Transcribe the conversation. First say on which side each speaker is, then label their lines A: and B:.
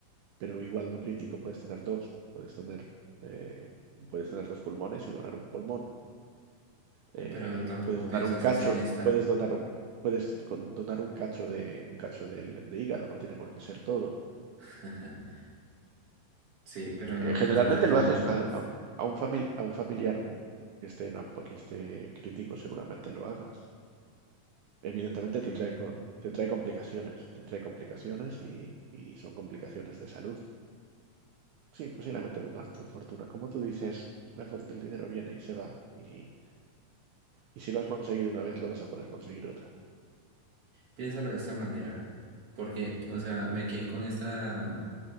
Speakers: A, on the right; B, on the right.
A: pero igual no crítico, puedes tener dos, puedes tener, eh, puedes tener dos pulmones y donar un pulmón eh,
B: pero tampoco
A: puedes donar
B: pensaste
A: un cacho,
B: en esta.
A: puedes donar un, puedes con- donar un cacho de un cacho del- de hígado, no tiene por qué ser todo.
B: <laughs> Sí, pero
A: Eh,
B: no
A: generalmente
B: pensaste
A: lo
B: en
A: haces
B: una.
A: a, a- a un famili- a un familiar que esté, en ap- que esté crítico, seguramente lo hagas. Evidentemente
B: Sí.
A: te trae, co- te trae complicaciones, te trae complicaciones y, y son complicaciones de salud. Sí, posiblemente donar tu fortuna. Como tú dices, la fuerte, el dinero viene y se va. Y, y si lo has conseguido una vez, lo vas a poder conseguir otra.
B: Piénsalo de esta manera, porque, o sea, me quedé con esta, mm,